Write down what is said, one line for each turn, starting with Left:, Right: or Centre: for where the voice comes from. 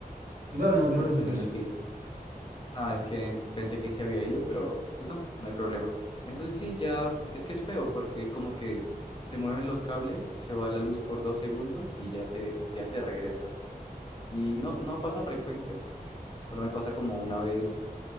Right: dale, no te
Left: por
Right: preocupes.
Left: el sonido que... No, es que pensé que se había ido, pero pues no, no hay problema. Entonces sí, ya es que es feo porque como que se mueven los cables, se va la luz por dos segundos y ya se, ya se regresa. Y no, no pasa frecuente, solo me pasa como una vez